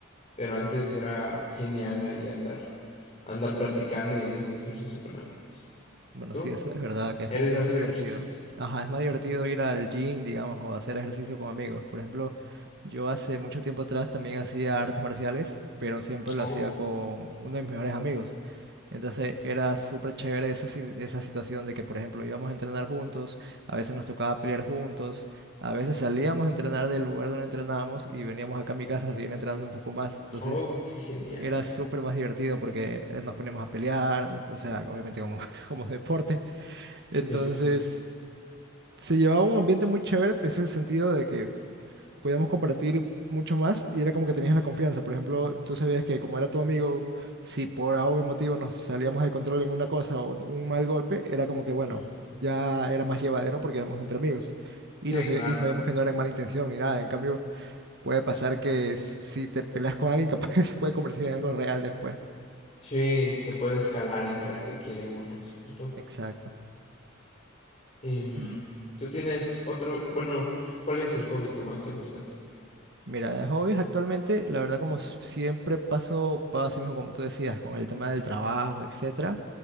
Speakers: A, on the left; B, on the right.
A: pero antes era genial ahí andar, andar practicando y haciendo ejercicio con amigos.
B: Bueno,
A: ¿Tú?
B: sí, eso es verdad, que es
A: ¿Eres
B: como que
A: de
B: más
A: hacer
B: divertido.
A: ejercicio?
B: Ajá, es más divertido ir al gym, digamos, o hacer ejercicio con amigos. Por ejemplo, yo hace mucho tiempo atrás también hacía artes marciales, pero siempre lo
A: Oh,
B: hacía con uno de mis mejores amigos. Entonces era súper chévere esa, si- esa situación de que, por ejemplo, íbamos a entrenar juntos, a veces nos tocaba pelear juntos, a veces salíamos a entrenar del lugar donde entrenábamos y veníamos acá a mi casa a seguir entrenando un poco más. Entonces
A: oh, qué genial.
B: era súper más divertido porque eh, nos poníamos a pelear, o sea, obviamente como, <laughs> como deporte. Entonces
A: Sí, sí, sí.
B: se llevaba un ambiente muy chévere, pues, en el sentido de que podíamos compartir mucho más y era como que tenías la confianza. Por ejemplo, tú sabías que como era tu amigo, si por A o B motivo nos salíamos de control en una cosa o un mal golpe, era como que bueno,
A: Ajá.
B: ya era más llevadero porque éramos entre amigos. Y,
A: Sí,
B: lo, sa-
A: claro.
B: y sabíamos que no era en mala intención ni nada. En cambio, puede pasar que si te peleas con alguien, <laughs> capaz que se puede convertir en algo real después.
A: Sí, se puede escalar y para qué quiere uno, ¿cierto?
B: Exacto.
A: Em,
B: Y
A: ¿tú tienes otro? Bueno, ¿cuál es el hobby que más te gusta a ti?
B: Mira, de hobbies actualmente, la verdad como s- siempre paso ocupado así mismo como tú decías, con el tema del trabajo, etcétera.